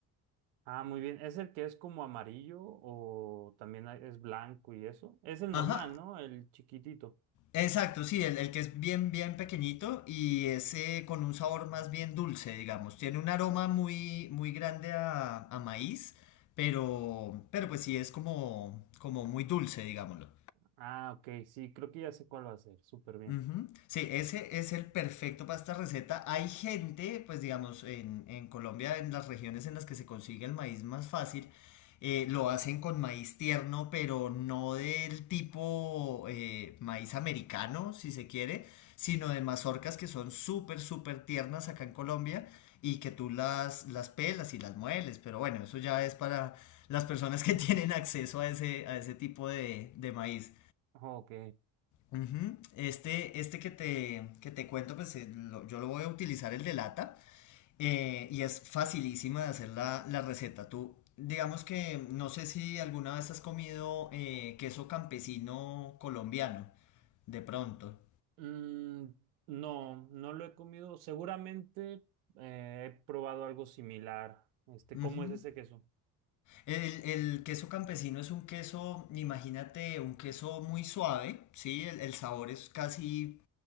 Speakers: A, on the right (about 85°); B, on the left (about 50°).
A: Ah, muy bien. ¿Es el que es como amarillo o también hay- es blanco y eso? Es el
B: Ajá,
A: normal, ¿no? El chiquitito.
B: Exacto, sí, el, el que es bien, bien pequeñito y es eh, con un sabor más bien dulce, digamos. Tiene un aroma muy, muy grande a, a maíz, pero, pero pues sí es como, como muy dulce, digámoslo.
A: Ah, ok, sí, creo que ya sé cuál va a ser, súper bien.
B: Ujú. Sí, ese es el perfecto para esta receta. Hay gente, pues digamos, en, en Colombia, en las regiones en las que se consigue el maíz más fácil, eh, lo hacen con maíz tierno, pero no del tipo eh, maíz americano, si se quiere, sino de mazorcas que son súper, súper tiernas acá en Colombia y que tú las, las pelas y las mueles. Pero bueno, eso ya es para las personas que <laughs> tienen acceso a ese, a ese tipo de de maíz.
A: Ok.
B: Ujú. Este, este que te, que te cuento, pues eh, lo- yo lo voy a utilizar el de lata eh, y es facilísima de hacer la, la receta. Tú, digamos que no sé si alguna vez has comido eh, queso campesino colombiano, de pronto.
A: Mm, no, no lo he comido. Seguramente eh, he probado algo similar. Este,
B: Ujú.
A: ¿cómo es ese queso?
B: El, el queso campesino es un queso, imagínate, un queso muy suave, ¿sí? El, el sabor es casi